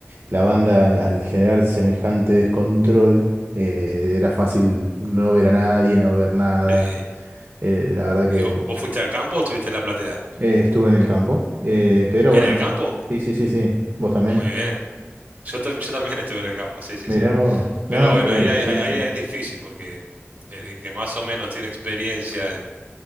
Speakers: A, on the right; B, on the right.
A: la banda al, al generar semejante descontrol, eh, era fácil no ver a nadie, no ver nada.
B: Sí.
A: Eh, la verdad que
B: ¿Y vos, vos fuiste al campo o estuviste en la platea?
A: eh, estuve en el campo. Eh, pero
B: ¿En
A: bueno,
B: el campo?
A: sí, sí, sí, sí. ¿Vos también?
B: Muy bien. Yo, ta- yo también estuve en el campo, sí, sí,
A: Mirá
B: sí.
A: vos.
B: Pero
A: No,
B: bueno,
A: pero
B: ahí, hay-
A: sí,
B: ahí, ahí
A: sí.
B: es difícil porque el, el que más o menos tiene experiencia en,